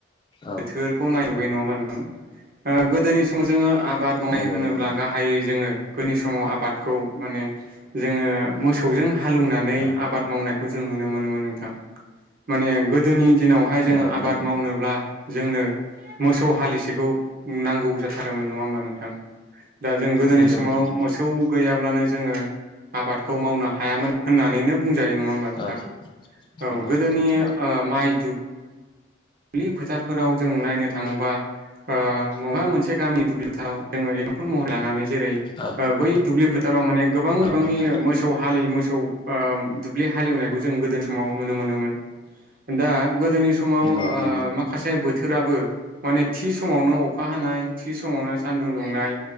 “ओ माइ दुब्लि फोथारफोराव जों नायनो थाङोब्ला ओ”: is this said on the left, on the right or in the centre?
Right